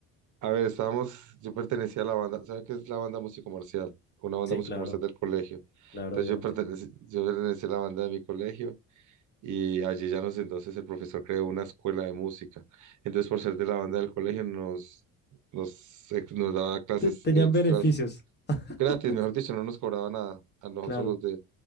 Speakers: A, on the right; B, on the left.
A: A ver, estábamos, yo pertenecía a la banda, ¿sabes qué es la banda musicomercial? Una banda
B: Sí,
A: musicomercial
B: claro,
A: del colegio.
B: claro,
A: Entonces
B: obviamente.
A: yo pertenecía, yo pertenecía a la banda de mi colegio y allí ya nos entonces el profesor creó una escuela de música. Entonces, por ser de la banda del colegio, nos, nos, ex- nos daba clases
B: Te- tenían
A: extras
B: beneficios. <laughs>
A: gratis, mejor dicho, no nos cobraba nada a nosotros
B: Claro,
A: los de,